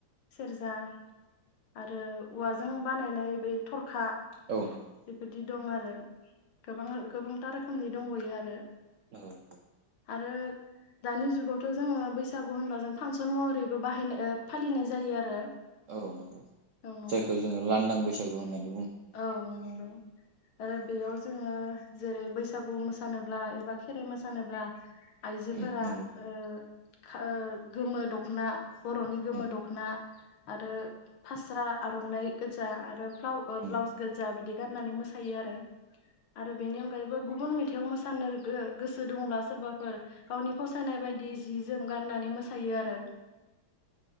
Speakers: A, on the left; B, on the right.
A: सेरजा आरो औवाजों बानायनाय बे थरखा बेबायदि
B: औ नंगौ
A: दं आरो गोबां गोबां था रोखोमनि दंब'यो आरो
B: नोंगौ नोंथ'
A: आरो दानि जुगावथ' जोङो बैसागु होनबा जों फांसन महरैबो बाहायनाय ओ फालिनाय जायो आरो।
B: औ नंगौ,
A: औ नोंथां
B: जायखौ जोङो लांदां बैस आगु होन्नानै
A: औ नंगौ आरो बेयाव जोङो जेरै बैसागु मोसानोब्ला एबा खेराइ मोसानोब्ला आइजोफोरा
B: उम नंगौ
A: ओ खो गोमो दख'ना बर'नि गोमो
B: उम
A: दख'ना आरो फास्रा आर'नाइ गोजा आरो फ्लाव
B: नंगौ
A: ब्लाउस गोजा बिदि गाननानै मोसायो आरो आरो बेनि अनगायैबो गुबुन हथायाव मोसानो गोसो दंब्ला सोरबाफोर गावनि फसायनाय बायदि जि जोम गाननानै मोसायो आरो